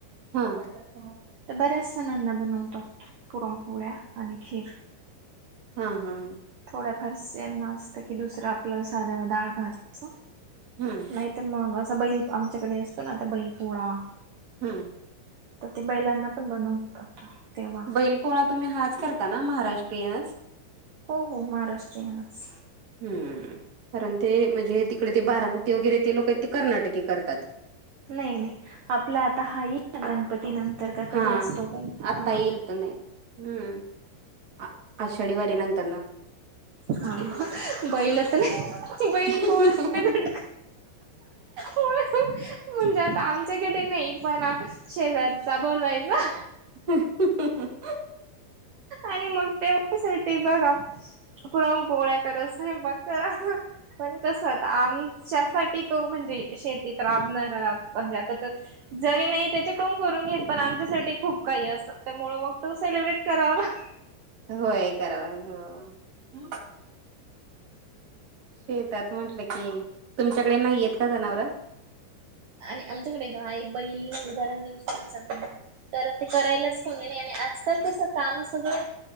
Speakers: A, on the right (about 30°); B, on the right (about 65°).
A: हा त्याारखं
B: तर बऱ्याचसाणना बनवतात पुरणपोवळ्या आणि खीर
A: हा हा हां
B: थोड्याफार यांना असतं की दुसरं आपलं साध्या डाळ भात
A: हम्म
B: नाही तर मग असा बैल आमच्याकडे असतो ना आता बैल पोळा
A: हम्म
B: तर ते बैलांना पण बनवतात तेव्हा.
A: बैल पोळा तुम्ही हाच करता ना महाराष्ट्रीयनच
B: हो हो महाराष्ट्रीयनच
A: हम्म कारण ते म्हणजे तिकडे ते बारामती वगैरे ते लोक आहेत ते कर्नाटके करतात
B: नाही नाही आपला आता हा गणपती ती नंतर का कधी
A: हा.
B: असतो बघ
A: आत्ता
B: हा
A: येईल तर नाही हम्म आषाढीवारी नंतर ना
B: हा बैलता नाही बैल
A: हो.
B: पोळ भेट म्हणजत आम त्याच्याकडे नाही पण शेजारचा बोलवायचा
A: ह
B: आणि मग तेवढ्यासाठी बघा पुरम पोळ्या करच आहे मग करा पण कसं आता आमच्यासाठी तो म्हणजे शेतीत राबणारा म्हणजे आता जरी नाही त्याचे कोम करून घेत पण आमच्यासाठी खूप काही असं त्यामुळ मग तू सेलिब्रेट कराव ना
A: होय करावा ह शेतात म्हटलं की तुमच्याकडे नाहीयेत का जनावर
B: आणि आमच्याकडे गाय बैल बऱ्याच दिवस कारण ते करायलाच कोणी नाही आणि आकाल कसं काम असगय